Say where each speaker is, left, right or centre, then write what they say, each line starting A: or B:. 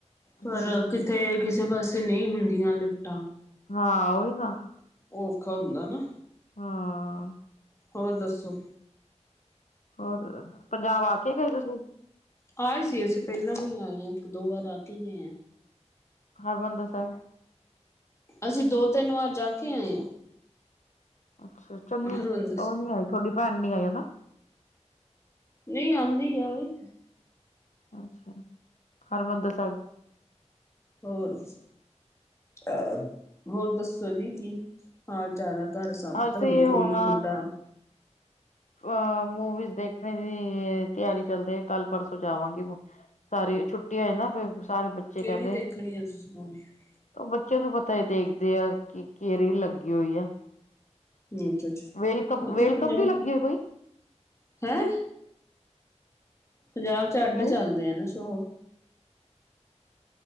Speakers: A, on the left (about 85°); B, on the left (about 25°).
A: ਹਮ
B: ਪਰ। ਕਿਥੇ ਕਿਸੇ ਪਾਸੇ ਨਹੀਂ ਹੁੰਦੀਆਂ ਲਿਫਟਾਂ।
A: ਹਾਂ! ਓਹੀ ਨਾ।
B: ਉਹ ਔਖਾ ਹੁੰਦਾ ਨਾ
A: ਹਾਂ
B: ਹੋਰ ਦੱਸੋ।
A: ਹੋਰ ਪੰਜਾਬ ਆ ਕੇ ਗਏ ਤੁਸੀਂ?
B: ਆਏ ਸੀ ਅਸੀਂ, ਪਹਿਲਾਂ ਵੀ ਆਏ ਹਾ, ਇੱਕ- ਦੋ ਵਾਰ ਆ ਕੇ ਗਏ ਹਾਂ
A: ਹਰਿਮੰਦਰ ਸਾਹਿਬ
B: ਅਸੀਂ ਦੋ- ਤਿੰਨ ਵਾਰ ਜਾ ਕੇ ਆਏ ਹਾਂ
A: ਅੱਛਾ! ਚੰਨੀ
B: ਹਰਿਮੰਦਰ
A: ਉਹ
B: ਸਾਹਿਬ।
A: ਨੀ ਆਈ ਤੁਹਾਡੀ ਪੈਣ ਨੀ ਆਈ ਹਨਾ
B: ਨਹੀਂ ਆਂਦੀ ਹੈ ਔਵੀ
A: ਅੱਛਾ! ਹਰਿਮੰਦਰ ਸਾਹਿਬ
B: ਹੋਰ ਅ ਹੋਰ ਦੱਸੋ ਜੀ ਕੀ ਹਾਲ ਚਾਲ ਹੈ ਘਰ ਸਭ
A: ਅਸੀਂ
B: ਤੁਹਾਡੀ ਕੁੜੀ-
A: ਹੁਣ
B: ਮੁੰਡਾ
A: ਅ ਮੂਵੀਜ਼ ਦੇਖਣ ਦੀ ਤਿਆਰੀ ਚੱਲਦੇ, ਕੱਲ ਪਰਸੋਂ ਜਾਵਾਂਗੇ, ਹੁਣ ਸਾਰੀ ਛੁੱਟੀ ਛੁਟੀ ਹੋਏ ਨਾ ਫਿਰ ਸਾਰੇ ਬੱਚੇ
B: ਕਿਹੜੀ
A: ਕਹਿੰਦੇ
B: ਦੇਖਣੀ ਆ ਤੁਸੀਂ ਮੂਵੀ
A: ਉਹ ਬੱਚਾ ਤਾਂ ਪਤਾ ਹੀ ਦੇਖਦੇ ਆ ਕਿ ਕਿ ਕੇਰੀ ਲੱਗੀ ਹੋਈ ਆ
B: ਅੱਛਾ ਅੱਛਾ
A: ਵੇਲਕਮ-
B: ਉਧਰ
A: ਵੇਲਕਮ
B: ਪੰਜਾਬ
A: ਵੀ ਲੱਗੀ ਹੈ ਕੋਈ
B: ਹੈਂ ਪੰਜਾਬ 'ਚ ਅੱਡ
A: ਕਿਹੜੀ
B: ਚੱਲਦੇ ਆ ਨਾ ਸ਼ੋ